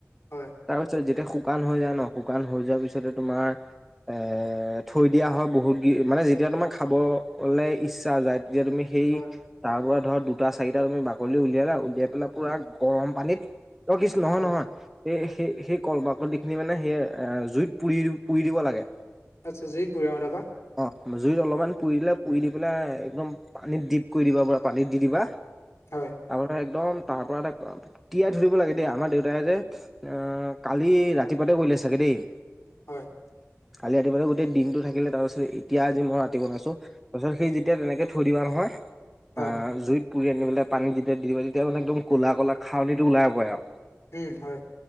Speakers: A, on the left (about 55°); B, in the centre.
A: হয়
B: তাৰপিছত যেতিয়া শুকান হৈ যায় ন শুকান হৈ যোৱাৰ পিছতে তোমাৰ এ থৈ দিয়া হয় বহুত গি মানে যেতিয়া তোমাৰ খাবলে ইচ্ছা যায় যেতিয়া তুমি সেই
A: হয়
B: তাৰ পৰা ধৰা দু দুটা চাৰিটা তুমি বাকলি উলিয়ালা উলিয়াই লৈ পুৰা গৰম পানীত অ কিছ নহয়
A: হয়
B: নহয় সেই সেই সেই কল বাকলিখিনি মানে সেই জুইত পুৰি পুৰি দিব লাগে
A: আচ্ছা জুইত পুৰে অ তাপা
B: অহ জুইত অলপমান পুৰি দিলে পুৰি দি পেলাই একদম পানীত ডিপ কৰি দিবা পুৰা পানীত দি দিবা <unintelligible>
A: হয়।
B: তাৰমানে একদম তাৰ পৰা এটা তিয়াই থৰিব লাগে দেই আমাৰ দেউতাই যে। অ কালি ৰাতিপুৱাতে কৰিলে চাগে দেই।
A: হয়
B: কালি ৰাতিপুৱাতে গোটেই দিনটো থাকিলে তাৰ পিছত এতিয়া আজি মই ৰাতি বনাইছো তাৰ পিছত সি যেতিয়া তেনেকে থৈ দিবা নহয়
A: হয়
B: অ
A: হয়
B: জুইত পুৰি আনি পেলাই পানী যেতিয়া দি দিব তেতিয়া মানে একদম ক'লা কলা খাওনীটো ওলাই পৰে আও
A: উম হয়